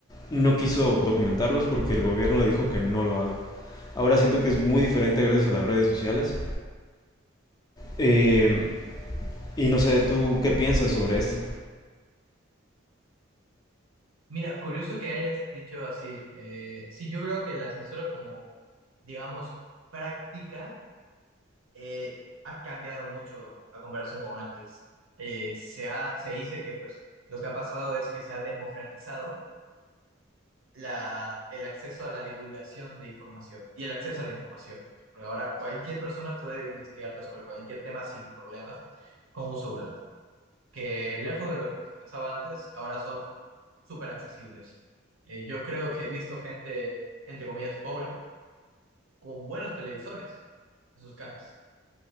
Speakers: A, on the left; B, on the right.
A: no quiso documentarlos porque el gobierno le dijo que no lo haga. Ahora siento que es muy diferente gracias a las redes sociales. Eh, y no sé, ¿tú qué piensas sobre esto?
B: Mira, curioso que hayas dicho así. eh, sí, yo creo que la censura como, digamos, práctica eh, ha cambiado mucho a comparación con antes. Eh, se ha, se dice que pues lo que ha pasado es que se ha democratizado la, el acceso a la divulgación de información y el acceso a la información. Porque ahora cualquier persona puede investigarte sobre cualquier tema sin problemas con un celular que lejos de lo que se pasaba antes, ahora son súper accesibles. Eh, yo creo que he visto gente, entre comillas, pobre, con buenos televisores en sus casas.